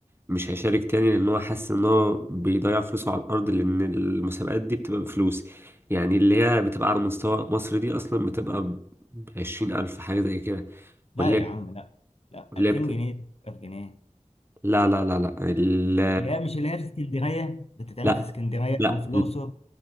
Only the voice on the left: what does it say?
لا
يا
عم لا لا
2000
جنيه 1000 جنيه
اللي هي مش اللي هي في اسكندريه بتتعمل
في اسكندريه
او في الاقصر